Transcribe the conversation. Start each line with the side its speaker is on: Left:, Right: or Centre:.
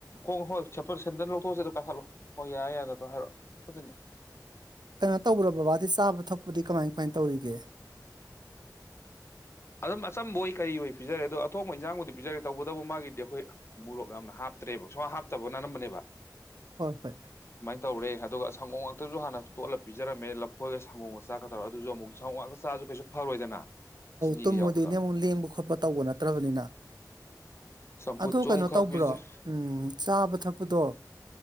Left: ꯣꯡ ꯍꯣꯏ ꯁꯗꯟ ꯂꯧꯊꯣꯛꯑꯁꯤꯦ ꯑꯗꯨ ꯀꯥꯈꯠꯂꯣ ꯍꯣꯏ ꯌꯥꯔ ꯌꯥꯗꯗꯣ ꯍꯥꯏꯔꯛꯑꯣ ꯈꯒꯦ
Right: ꯀꯩꯅꯣ ꯇꯧꯕ꯭ꯔꯣ ꯕꯕꯥꯗꯤ ꯆꯥꯕ ꯊꯛꯄꯗꯤ ꯀꯃꯥꯏ ꯀꯃꯥꯏꯅ ꯇꯧꯔꯤ ꯑꯩꯒꯦ
Left: ꯑꯗꯨꯝ ꯑꯆꯝꯕ ꯑꯣꯏ ꯀꯔꯤ ꯑꯣꯏ ꯄꯤꯖꯔꯦ ꯑꯗꯣ ꯑꯊꯣꯡꯕ ꯏꯟꯖꯥꯡꯕꯨꯗꯤ ꯄꯤꯖꯔꯦ ꯇꯧꯕꯇꯕꯨ ꯃꯥꯒꯤꯗꯤ ꯑꯩꯈꯣꯏ ꯃꯣꯔꯣꯛ ꯌꯥꯝꯅ ꯍꯥꯞꯇ꯭ꯔꯦꯕ ꯁꯨꯃꯥꯏꯅ ꯍꯥꯞꯇꯕꯅꯝꯕꯅꯦꯕ
Right: ꯍꯣꯏ ꯍꯣꯏ
Left: ꯇꯧꯔꯦ ꯑꯗꯨꯒ ꯁꯪꯒꯣ ꯉꯥꯛꯇꯁꯨ ꯍꯥꯟꯅ ꯇꯣꯠꯂꯒ ꯄꯤꯔꯝꯃꯦ ꯂꯐꯣꯏꯒ ꯁꯪꯣꯝꯒ ꯆꯥꯛꯀ ꯇꯧꯔꯒ ꯑꯗꯨꯁꯨ ꯑꯃꯨꯛ ꯁ ꯉꯥꯛꯇ ꯆꯥꯁꯨ ꯀꯩꯁꯨ ꯐꯔꯣꯏꯗꯅ
Right: ꯇꯨꯝꯃꯨꯗꯣꯏꯅꯦ
Left: ꯌꯥꯎꯕꯗꯣ
Right: ꯑꯃꯨꯛ ꯂꯦꯡꯕ ꯈꯣꯠꯄ ꯇꯧꯕ ꯅꯠꯇ꯭ꯔꯕꯅꯤꯅ
Left: ꯆꯝꯐꯨꯠꯁꯨ
Right: ꯑꯗꯣ ꯀꯩꯅꯣ
Left: ꯑꯃꯨꯛ ꯈꯔ
Right: ꯇꯧꯕ꯭ꯔꯣ
Left: ꯄꯤꯖꯩ
Right: ꯎꯝ ꯆꯥꯕ ꯊꯛꯄꯗꯣ